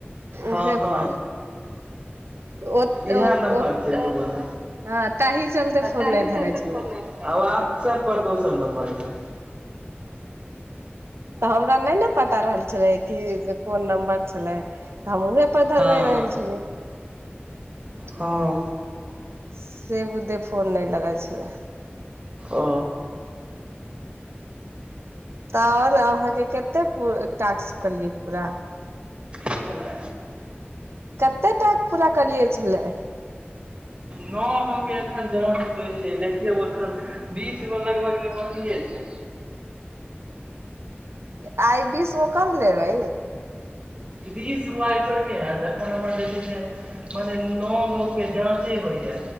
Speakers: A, on the right (about 30°); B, on the right (about 85°).
A: हँ
B: उहे
A: हँ
B: पर ओ
A: इएह नम्बर छै बल
B: हँ ताहि चलते फोन
A: त
B: नहि धरै छलै
A: वाट्सऐप पर दोसर नंबर छै
B: ओरा नहि ने पता रहल छलै कि कोन नम्बर छलै त हम उऊहे पर धरबै
A: हँ
B: रहल छलियै तऽ
A: हँ
B: से बुधे फोन नहि लगा छलै।
A: ओ
B: तऽ आओर अहाँके कते टास्क कलियै पूरा
A: की भेलै
B: कतेटास् पूरा कलियै छले
A: नओ गो एखन जाँच होइ छै देखियौ एखन बीस गो लगभग बके छै
B: आइ बीसगो कम लेबै
A: बीस गो आइ करोड़केे हए जखन हमर जे छै से मने नओ गोके जाँचे होइए